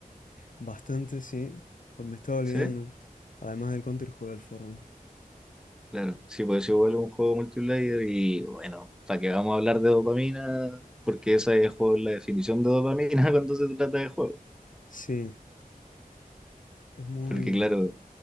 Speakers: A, on the left (about 65°); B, in the centre.
A: Bastante, sí. Pues me estaba olvidando.
B: ¿Sí?
A: Además del Counter, jugué al Fortnite.
B: Claro, sí, pues es igual un juego multiplayer y bueno, ¿para qué vamos a hablar de dopamina? Porque esa es juego- la definición de dopamina <laughs> cuando se trata de juego.
A: Sí, es muy...
B: Porque claro,